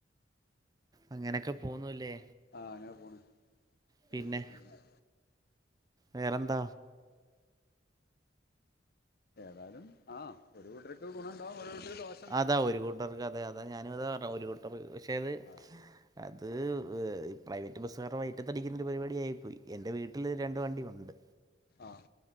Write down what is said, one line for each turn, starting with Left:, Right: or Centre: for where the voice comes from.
Right: അങ്ങനെയൊക്കെ പോന്നല്ലേ?
Left: ആഹ ഞാൻ പോണ്.
Right: പിന്നെ
Left: ഒരു സെക്കൻഡ്
Right: വേറെന്താ?
Left: ഏതായാലും ആഹാ ഒരു വീട്ടർക്ക്- ഗുണം ഉണ്ടാവും, ഒരുവിട്ടർക്ക് -
Right: അതാ ഒരു കൂട്ടർക്ക്, അതെ അതാ- ഞാനും അതാ, പറു ഒരു കൂട്ടർ- പക്ഷേ അത്,
Left: ആ ആ
Right: അത് പ്രൈവറ്റ് ബസ്സുകാർമായിറ്റ തടിക്കുന്നൊ ഒരു പരിപാടിയായി പോയി എൻ്റെ വീട്ട- വീട്ടിൽ രണ്ട് വണ്ടിയ ഉണ്ട്.
Left: ആഹാ.